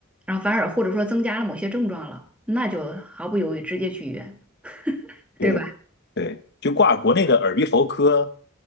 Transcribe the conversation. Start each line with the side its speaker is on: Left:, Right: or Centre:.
Centre: 然后反而或者说增加了某些症状了，那就毫不犹豫直接去医院，
Left: 对对，
Centre: 对吧？
Left: 就挂国内的耳鼻喉科，